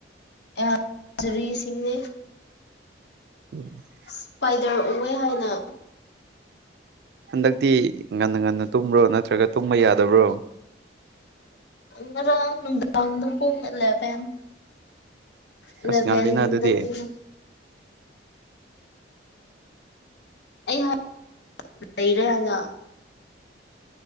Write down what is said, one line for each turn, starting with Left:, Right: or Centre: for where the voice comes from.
Left: ꯑꯖꯨꯔꯤꯁꯤꯡꯅꯦ
Right: <inaudible>
Left: ꯏꯁꯄꯥꯏꯗꯔ ꯎꯑꯦ ꯍꯥꯏꯅ
Right: ꯍꯟꯗꯛꯇꯤ ꯉꯟꯅ ꯉꯟꯅ ꯇꯨꯝꯕ꯭ꯔꯣ ꯅꯠꯇ꯭ꯔꯒ ꯇꯨꯝꯕ ꯌꯥꯗꯕ꯭ꯔꯣ
Left: ꯉꯥꯔꯥꯡ ꯅꯨꯡꯗꯥꯡꯗꯣ ꯄꯨꯡ ꯑꯦꯂꯕꯦꯟ ꯑꯦꯂꯕꯦꯟꯗ
Right: ꯑꯁ ꯉꯜꯂꯤꯅ ꯑꯗꯨꯗꯤ
Left: ꯇꯨꯝꯃꯦ ꯑꯩ <unintelligible> ꯂꯩꯔꯦ ꯍꯥꯏꯅ